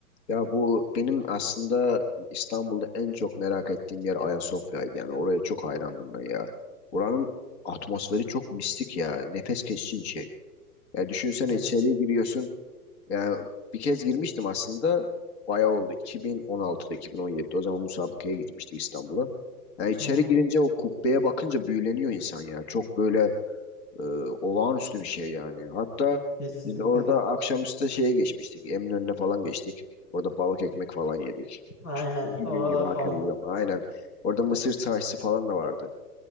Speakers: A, on the left (about 40°); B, on the left (about 70°).
A: Ya bu benim aslında İstanbul'da en çok merak ettiğim yer Ayasofya'ydı. Yani oraya çok hayrandım ben ya. Oranın atmosferi çok mistik ya. Nefes kesici bir şey. Ya düşünsene
B: Kesin.
A: içeriye giriyorsun. Yani bir kez girmiştim aslında. Bayağı oldu. 2016'da, 2017'de. O zaman müsabakaya gitmiştik İstanbul'a. Yani içeri
B: Hmm,
A: girince o kubbeye bakınca büyüleniyor insan ya. Çok böyle e, olağanüstü bir şey yani. Hatta
B: kesinlikle.
A: biz de orada akşamüstü şeye geçmiştik. Eminönü'ne falan geçtik. Orada balık ekmek falan yedik.
B: Aynen.
A: Çünkü
B: Oralar
A: gün gibi hatırlıyorum.
B: falan.
A: Aynen. Orada mısır çarşısı falan da vardı.